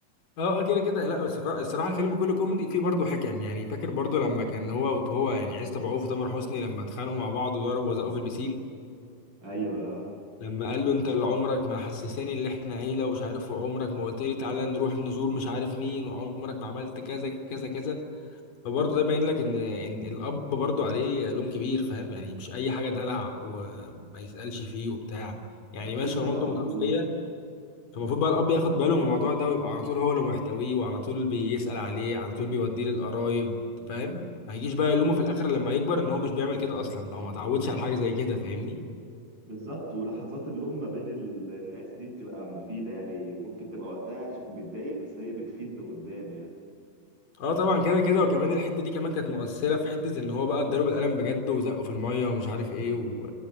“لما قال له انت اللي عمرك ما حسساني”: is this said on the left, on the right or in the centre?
Left